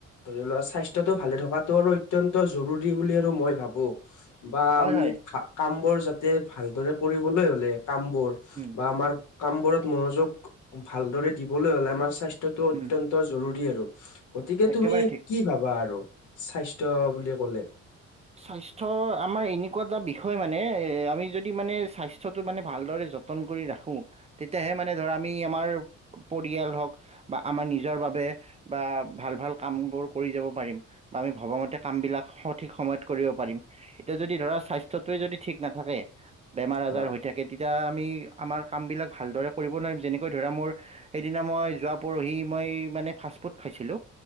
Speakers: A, on the left; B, on the right.
A: ধৰি লোৱা স্বাস্থ্যটো ভালে থকাটো আৰু অত্যন্ত জৰুৰী বুলি আৰু মই ভাবোঁ। বা
B: হয়
A: আমি
B: হয়।
A: কাম বোৰ যাতে ভালদৰে কৰিবলৈ হ'লে কাম বোৰ
B: উম
A: বা আমাৰ কামবোৰত মনোযোগ ভালদৰে দিবলৈ হলে আমাৰ স্বাস্থ্যটো অত্যন্ত
B: উম
A: অতি জৰুৰী আৰু গতিকে
B: একেবাৰে
A: তুমি
B: ঠিক
A: কি ভাবা আৰু স্বাস্থ্য বুলি ক'লে?
B: স্বাস্থ্য আমাৰ এনেকুৱা এটা বিষয় মানে এ আমি যদি মানে স্বাস্থ্যটো মানে ভালদৰে যত্ন যতন কৰি ৰাখো, তেতিয়াহে মানে ধৰ আমি আমাৰ পৰিয়াল হওক বা আমাৰ নিজ নিজৰ বাবে বা ভাল ভাল কাম বোৰ কৰি যাব পাৰিম, বা আমি ভবামতে কাম বিলাক সঠিক সময়ত কৰিব পাৰিম, এতিয়া যদি ধৰা স্বাস্থ্যটোয়ে যদি ঠিক নাথাকে বেমাৰ
A: হয়
B: আজাৰ হৈ থাকে তেতিয়া আমি আমাৰ কামবিলাক ভালদৰে কৰিব নোৱাৰিম, যেনেকৈ ধৰা মোৰ সেদিনা মই যোৱা পৰহি মই মানে ফাষ্ট ফুড খাইছিলোঁ,